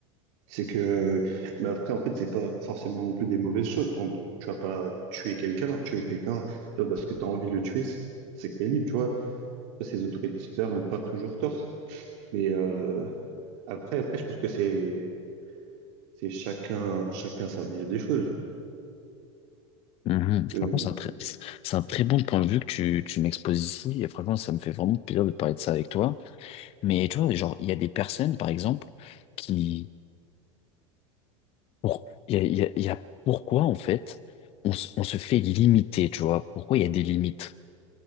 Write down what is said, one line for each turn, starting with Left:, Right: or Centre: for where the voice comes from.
Right: C'est que, mais après, en fait, c'est pas forcément non plus des mauvaises choses. Par exemple, tu vas pas tuer quelqu'un, tuer quelqu'un pas parce que tu as envie de le tuer, c'est c'est que t'es libre, tu vois. Ça, Ces autorités supérieures n'ont pas toujours tort. Mais euh, après, après, je pense que c'est c'est chacun chacun sa vision des choses.
Left: Mhm. Franchement,
Right: Euh,
Left: c'est un très, c'est un très bon point de vue que tu, tu m'exposes ici. Et franchement, ça me fait vraiment plaisir de parler de ça avec toi. Mais tu vois, genre, il y a des personnes, par exemple, qui, pour, il y a, il y a- il y a pourquoi, en fait, on, se- on se fait limiter, tu vois? Pourquoi il y a des limites?